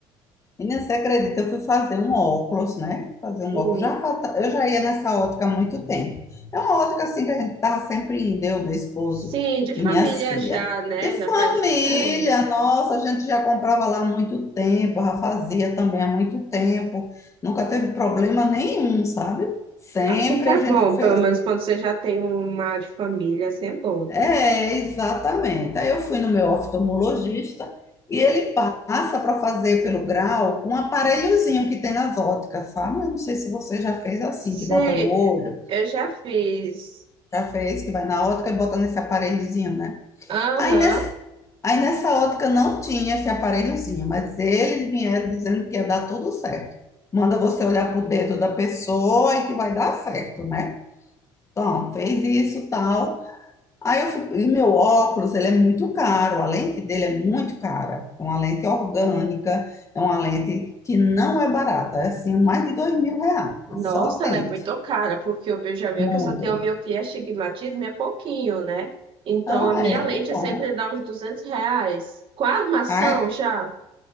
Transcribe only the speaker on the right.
Hum.
Sim, de família
já, né?
Já faz. é,
Assim que é
bom,
pelo menos quando você já tem uma de família, assim é bom.
Sei,
eu já fiz.
Aham.
Nossa,
ela
é muito cara, porque eu vejo a minha
que eu só tenho miopia, astigmatismo e é pouquinho, né? Então,
a minha
lente
sempre dá uns 200 reais. Com a armação
já?